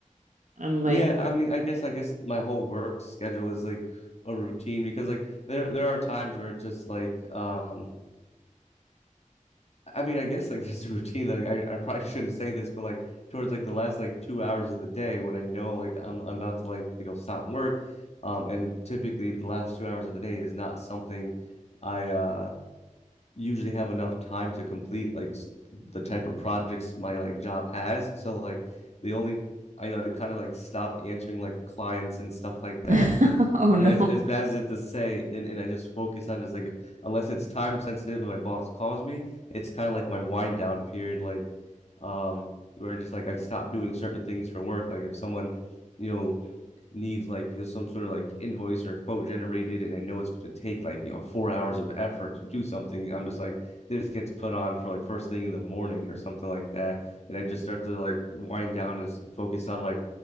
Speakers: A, on the right (about 70°); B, on the left (about 55°).
A: I'm like
B: Yeah, I mean, I guess I guess my whole work schedule is like a routine because like there there are times where it's just like um I mean I guess like <laughs> there's a routine that like, I I probably shouldn't say this but like towards like the last like two hours of the day when I know like I'm I'm about to like you know stop work um and typically the last two hours of the day is not something I uh usually have enough time to complete like the type of projects my like job has. So like the only I like kind of like stop answering like clients and stuff like that.
A: <laughs>
B: <laughs>
A: Oh no.
B: As as bad as it to say, and, and I just focus on just like if, unless it's time sensitive and my boss calls me, it's kind of like my wind down period, like um where just like I stop doing certain things for work. Like if someone, you know, needs like you know some sort of like invoice or quote generated and i know it's going to take like you know four hours of effort to do something i'm just like this gets put on for like first thing in the morning or something like that and i just start to like wind down and focus on like